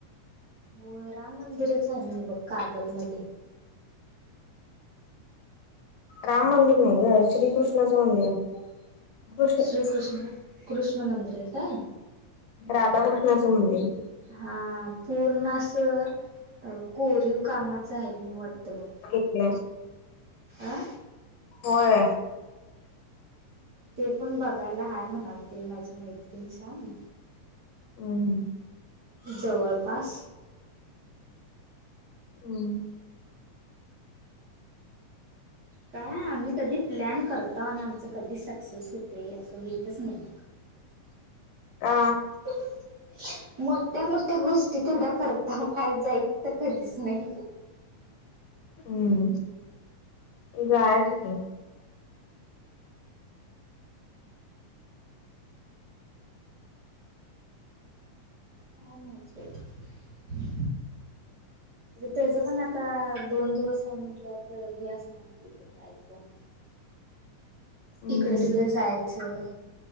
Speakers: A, on the right; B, on the left.
A: होय राम मंदिरच आहे म्हण बघ कागलमध्ये
B: राम मंदिर नाही ग श्रीकृष्णाचं मंदिर आहे. कृष्ण
A: श्रीकृष्ण कृष्ण मंदिर आहे काय.
B: राधाकृष्णाचं मंदिर.
A: हा पूर्ण असं कोरीव कामाचं आहे वाटतं बघ
B: <unintelligible>
A: अ
B: होय
A: ते पण बघायला हाय म्हणाल ते माझी मैत्रीिण छान.
B: हम् हम
A: जवळपास
B: हम्म
A: काय आम्ही कधी प्लॅन करताव आणि आमच कधी सक्सेस होते असं हुईतच नाही
B: का
A: बघ. <unintelligible> मोठ्या मोठ्या गोष्टी तेवढ्या करताव काय जाय. तर कधीच नाही..
B: हम्म इ गयाच क.
A: काय नव्हंच बाई. अ त्याच पण आता दोन दिवस आहे म्हटल्यावर का हे असणार की काही पण
B: हम्म
A: इकडं तिकडं जायचं..